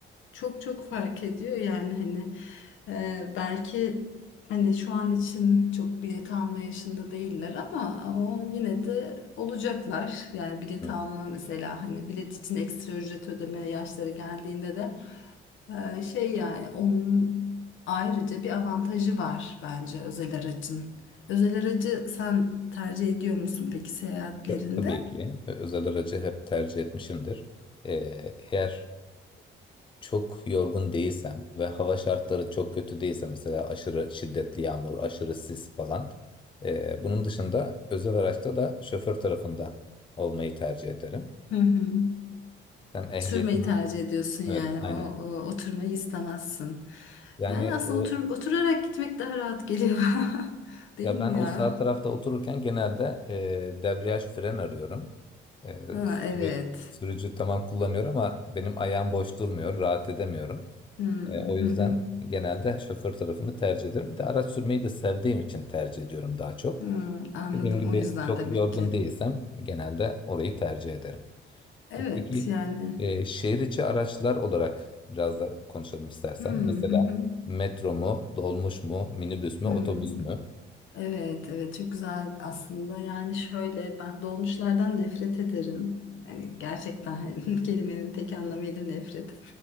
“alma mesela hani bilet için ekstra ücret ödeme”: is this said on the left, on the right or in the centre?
Left